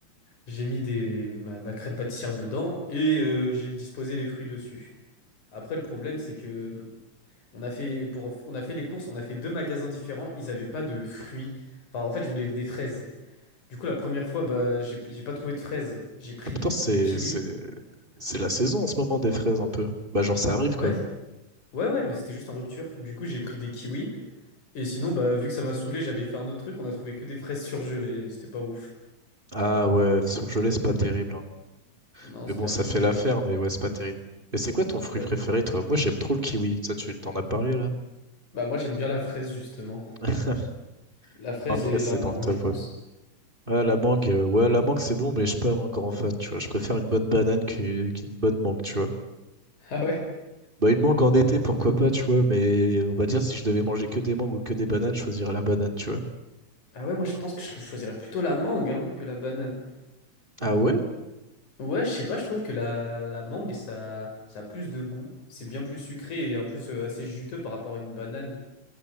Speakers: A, on the left; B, on the right.
A: j'ai mis des ma, ma crème pâtissière dedans et euh, j'ai disposé les fruits dessus. Après, le problème, c'est que On a fait pour, on a fait les courses, on a fait deux magasins différents, ils avaient pas de fruits. Enfin, en fait, je voulais des fraises. Du coup, la première fois, bah, j'ai j'ai pas trouvé de fraises. J'ai pris
B: Ah putain, c'est,
A: des kiwis.
B: c'est, c'est la saison en ce moment des fraises un peu. Bah, genre, ça arrive
A: Ouais,
B: quoi.
A: ouais, ouais, mais c'était juste en rupture. Du coup, j'ai pris des kiwis. Et sinon, bah, vu que ça m'a saoulé, j'avais fait un autre truc. On a trouvé que des fraises surgelées. C'était pas ouf.
B: Ah ouais, surgelé, c'est pas terrible. hein.
A: Non,
B: Mais
A: c'était
B: bon, ça
A: un peu
B: fait
A: gluant.
B: l'affaire, mais ouais, c'est pas terrible. Et c'est quoi ton fruit
A: Ouais.
B: préféré, toi? Moi, j'aime trop le kiwi. Ça, tu t'en as parlé, là?
A: Bah, moi, j'aime bien la fraise, justement.
B: <laughs>
A: La fraise
B: Après,
A: et
B: c'est
A: la mangue,
B: dans le top,
A: je pense.
B: ouais. Ah, la mangue, euh, ouais, la mangue, c'est bon, mais je suis pas un grand fan, tu vois. Je préfère une bonne banane qu'u- qu'une bonne mangue, tu vois.
A: Ah ouais?
B: Bah, une mangue en été, pourquoi pas, tu vois, mais euh, on va dire, si je devais manger que des mangues ou que des bananes, je choisirais la banane, tu vois.
A: Ah ouais, moi, je pense que je choisirais plutôt la mangue, hein, que la banane.
B: Ah ouais?
A: Ouais, je sais pas, je trouve que la, la mangue, ça, ça a plus de goût. C'est bien plus sucré et en plus euh, assez juteux par rapport à une banane.